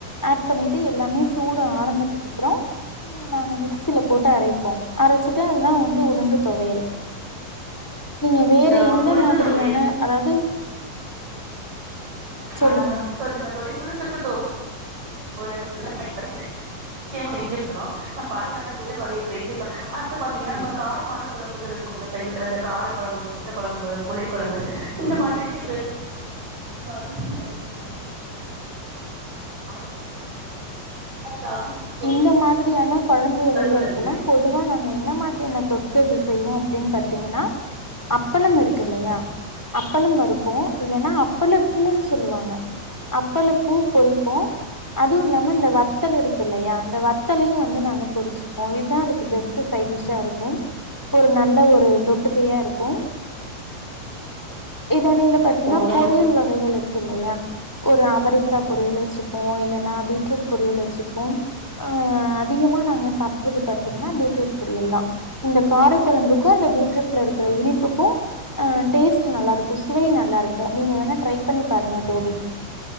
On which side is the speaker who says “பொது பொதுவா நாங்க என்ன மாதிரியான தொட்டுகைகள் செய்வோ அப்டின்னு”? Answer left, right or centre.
Centre